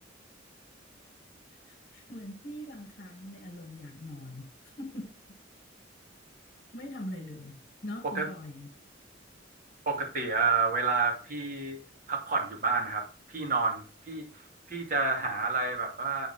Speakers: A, on the left; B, on the right.
A: <laughs> เหมือนพี่บางครั้งในอารมณ์อยากนอน <laughs> ไม่ทำอะไรเลยเนาะคุณปออย่างเงี้ย
B: ปก ปกติเอ่อเวลาพี่พักผ่อนอยู่บ้านนะครับพี่นอนพี่พี่จะหาอะไรแบบว่า